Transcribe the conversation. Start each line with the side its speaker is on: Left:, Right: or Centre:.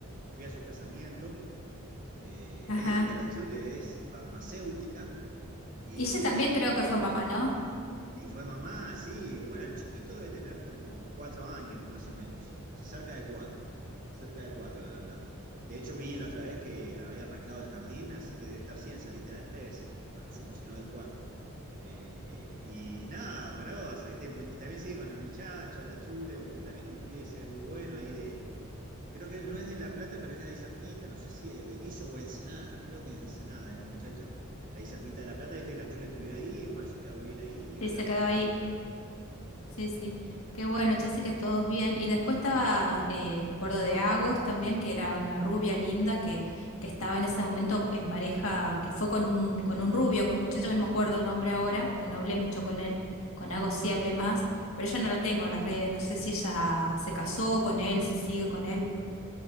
Right: fui a su casamiento. Eh,
Left: Ajá.
Right: ahí anda, la Chule es farmacéutica y
Left: Y ella también creo que fue mamá, ¿no?
Right: y fue mamá, sí. Bueno, el chiquito debe tener como cuatro años, más o menos. Cerca de cuatro. Cerca de cuatro debe andar. De hecho, vi la otra vez que había arrancado el jardín, así que debe estar, sí, en salita de tres, a lo sumo, si no de cuatro. Eh, eh, y nada, amoroso, ¿viste? Muy- también sigue con el muchacho, la chule, un- también un pie se ve muy bueno ahí de. Creo que él no es de La Plata, pero es de ahí cerquita, no sé si de Berizo o Ensenada, creo que Ensenada es el muchacho ahí cerquita de La Plata, viste que la Chula estudió ahí, eh, bueno, se quedó a vivir ahí y
Left: Sí,
Right: ahora
Left: se
Right: ya
Left: quedó
Right: vive
Left: ahí.
Right: ahí.
Left: Sí, sí. Qué bueno, ya sé que todos bien. Y después estaba, eh, me acuerdo de Agos también, que era una rubia linda que, que estaba en ese momento en pareja, que fue con un, con un rubio, con un muchacho que no me acuerdo el nombre ahora, pues no hablé mucho con él, con Agos sí hablé más, pero yo no la tengo en las redes, no sé si ella se casó con él, si sigue con él.